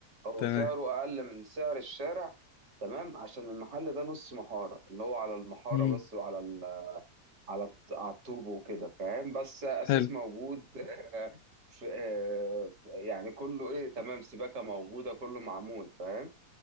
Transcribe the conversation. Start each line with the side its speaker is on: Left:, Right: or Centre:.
Right: هو
Left: تمام
Right: سعره أقل من سعر الشارع تمام عشان المحل ده نص محارة اللي هو على المحارة
Left: امم
Right: بس وعلى ال... على الط- على الطوب وكده فاهم بس أساس
Left: حلو
Right: موجود <laughs> في... في- يعني كله إيه تمام سباكة موجودة كله معمول فاهم